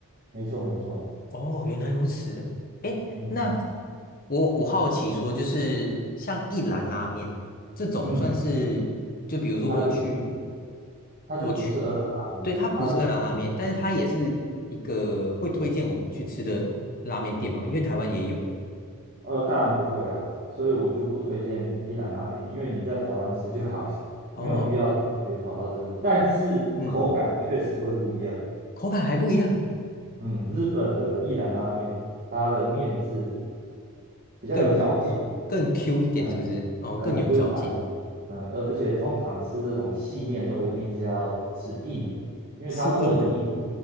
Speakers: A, on the right; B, on the left.
A: 没错，没错，
B: 哦，原来如此。诶，
A: 嗯
B: 那我我好奇说，就是像一兰拉面这种，
A: 嗯，
B: 算是就比如说我去
A: 它就不是，它就不是二郎拉面，
B: 我去，对，它不是二郎拉面，
A: 它是属于
B: 但是它也是一个会推荐我们去吃的拉面店嘛，因为台湾也有。
A: 呃，当然不会啊，所以我就不推荐一兰拉面，因为你在台湾吃就好了，<laughs>
B: 哦，
A: 没有必要特别跑到日本，但是口感确实会不一样。
B: 嗯，口感还不一样，
A: 嗯，日本的一兰拉面，它的面是比较有嚼劲。
B: 更更 Q 一点，
A: 嗯。
B: 是不是？哦，
A: 呃，Q
B: 更有嚼劲，
A: 弹，嗯，而且通常吃这种细面都一定是要吃硬的，因为他会问你硬，
B: 吃硬的。